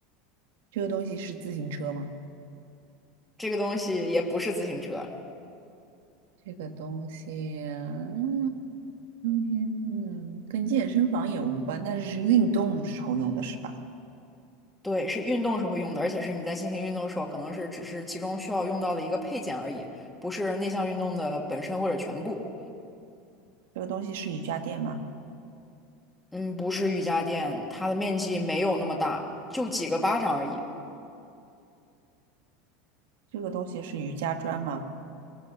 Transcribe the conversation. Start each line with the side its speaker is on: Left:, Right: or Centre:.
Right: 这个东西是自行车吗？
Centre: 这个东西也不是自行车。
Right: 这个东西，嗯，这个东西，嗯，跟健身房也无关，但是是运动时候用的是吧？
Centre: 对，是运动时候会用的，而且是你在进行运动的时候，可能是只是其中需要用到的一个配件而已，不是那项运动的本身或者全部。
Right: 这个东西是瑜伽垫吗？
Centre: 嗯，不是瑜伽垫，它的面积没有那么大，就几个巴掌而已。
Right: 这个东西是瑜伽砖吗？